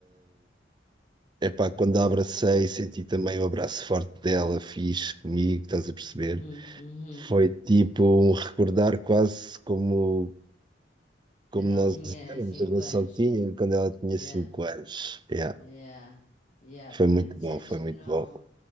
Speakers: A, on the right; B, on the left.
A: Epá, quando a abracei, senti também o abraço forte dela, fixe comigo, estás a perceber?
B: Uhum, uhum.
A: Foi tipo um recordar quase como como
B: Quando ela
A: nós
B: tinha
A: éramos,
B: 5
A: a Gonçalves
B: anos.
A: quando ela tinha
B: Yeah,
A: 5 anos. Yeah.
B: yeah, yeah.
A: Foi
B: Per-
A: muito
B: Sentes
A: bom, foi
B: que
A: muito
B: não.
A: bom.